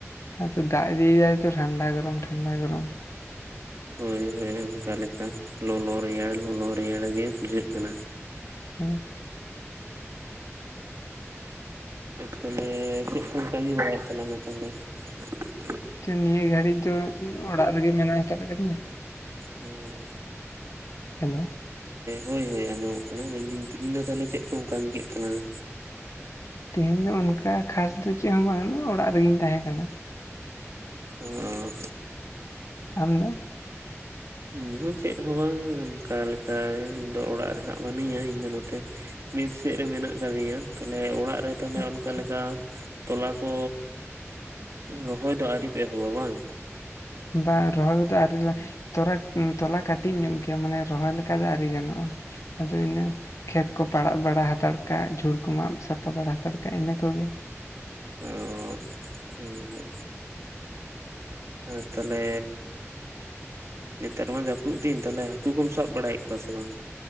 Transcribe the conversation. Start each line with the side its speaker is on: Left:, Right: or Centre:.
Left: ᱟᱨ ᱛᱚ ᱫᱟᱜ ᱫᱤᱭ ᱫᱟᱭ ᱛᱚ ᱴᱷᱟᱱᱰᱟ ᱜᱚᱨᱚᱢ ᱴᱷᱟᱱᱰᱟ ᱜᱚᱨᱚᱢ
Right: ᱦᱳᱭ ᱦᱳᱭ ᱚᱱᱠᱟ ᱞᱮᱠᱟ ᱞᱚᱞᱚ ᱨᱮᱭᱟᱲ ᱞᱚᱞᱚ ᱨᱮᱭᱟᱲ ᱜᱮ ᱵᱩᱡᱷᱟᱹᱜ ᱠᱟᱱᱟ
Left: ᱦᱮᱸ
Right: ᱛᱟᱦᱞᱮ ᱪᱮᱫ ᱠᱚᱢ ᱠᱟᱹᱢᱤ ᱵᱟᱲᱟᱭᱮᱫ ᱛᱟᱞᱟᱝ-ᱟ ᱛᱟᱦᱞᱮ <inaudible>
Left: ᱱᱤᱭᱟᱹ ᱜᱷᱟᱹᱲᱤᱡ ᱫᱚ ᱚᱲᱟᱜ ᱨᱮᱜᱮ ᱢᱮᱱᱟᱜ ᱦᱟᱛᱟᱲ ᱟᱠᱟᱫᱤᱧᱟ᱾
Right: ᱦᱚᱸ
Left: ᱦᱮᱞᱳ
Right: ᱦᱳᱭ ᱦᱳᱭ ᱟᱸᱡᱚᱢᱚᱜ ᱠᱟᱱᱟ ᱢᱮᱱᱫᱟᱹᱧ ᱛᱤᱦᱤᱧ ᱫᱚ ᱛᱟᱦᱞᱮ ᱪᱮᱫ ᱠᱚᱢ ᱠᱟᱹᱢᱤ ᱠᱮᱫ ᱛᱟᱞᱟᱝ-ᱟ?
Left: ᱛᱮᱦᱮᱧ ᱫᱚ ᱚᱱᱠᱟ ᱠᱷᱟᱥ ᱫᱚ ᱪᱮᱫ ᱦᱚᱸ ᱵᱟᱝ ᱚᱲᱟᱜ ᱨᱮᱜᱮᱧ ᱛᱟᱦᱮᱸ ᱠᱟᱱᱟ
Right: ᱚᱸ
Left: ᱟᱢ ᱫᱚ?
Right: ᱤᱧ ᱦᱚᱸ ᱪᱮᱫ ᱦᱚᱸ ᱵᱟᱝ ᱚᱱᱠᱟ ᱞᱮᱠᱟ ᱤᱧ ᱫᱚ ᱚᱲᱟᱜ ᱨᱮᱦᱟᱸᱜ ᱵᱟᱹᱱᱩᱧᱟ ᱤᱧ ᱫᱚ ᱱᱚᱛᱮ ᱢᱮᱹᱥ ᱥᱮᱫ ᱨᱮ ᱢᱮᱱᱟᱜ ᱟᱠᱟᱫᱤᱧᱟ ᱛᱟᱞᱦᱮ ᱚᱲᱟᱜ ᱨᱮ ᱛᱟᱦᱚᱞᱮ
Left: ᱟᱪᱪᱷᱟ
Right: ᱚᱱᱠᱟ ᱞᱮᱠᱟ ᱛᱚᱞᱟ ᱠᱚ ᱨᱚᱦᱚᱭ ᱫᱚ ᱟᱹᱣᱨᱤ ᱯᱮ ᱮᱦᱚᱵᱟ ᱵᱟᱝ?
Left: ᱵᱟᱝ, ᱨᱚᱦᱚᱭ ᱠᱚᱫᱚ ᱟᱨᱤ ᱞᱟ ᱛᱚᱨᱟ ᱛᱚᱞᱟ ᱠᱟᱹᱴᱤᱡ ᱧᱚᱜ ᱜᱮᱭᱟ ᱢᱟᱱᱮ ᱨᱚᱦᱚᱭ ᱞᱮᱠᱟ ᱫᱚ ᱟᱹᱣᱨᱤ ᱜᱟᱱᱚᱜᱼᱟ᱾ ᱟᱫᱚ ᱤᱱᱟᱹ ᱠᱷᱮᱛ ᱠᱚ ᱯᱟᱲᱟᱜ ᱵᱟᱲᱟ ᱦᱟᱛᱟᱲ ᱠᱟᱜ ᱡᱷᱩᱲ ᱠᱚ ᱢᱟᱜ ᱥᱟᱯᱟ ᱵᱟᱲᱟ ᱦᱟᱛᱟᱲ ᱠᱟᱜᱼᱟ ᱤᱱᱟᱹ ᱠᱚᱜᱮ
Right: ᱚ ᱦᱳᱭ ᱦᱳᱭ ᱟᱨ ᱛᱟᱦᱞᱮ ᱱᱮᱛᱟᱨ ᱢᱟ ᱡᱟᱹᱯᱩᱫ ᱫᱤᱱ ᱛᱟᱞᱦᱮ ᱦᱟᱹᱠᱩ ᱠᱚᱢ ᱥᱟᱵ ᱵᱟᱲᱟᱭᱮᱫ ᱠᱚᱣᱟ ᱥᱮ ᱵᱟᱝ?